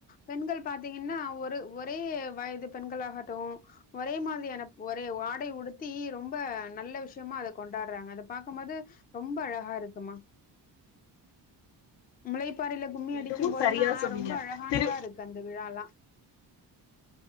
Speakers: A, on the left; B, on the left.
A: பெண்கள் பாத்தீங்கன்னா ஒரு ஒரே வயது பெண்கள்லாகட்டு ஒரே மாதிரியான ஒரே ஆடை உடுத்தி ரொம்ப நல்ல விஷயமா அத கொண்டாடுறாங்க அத பாக்குபோது ரொம்ப அழகா இருக்குமா முளைப்பாரியில கும்மி
B: மிகவும்
A: அடிக்கு போதெல்லா
B: சரியா சொன்னீங்க
A: ரொம்ப அழகானதா
B: திரு
A: இருக்கு அந்த விழால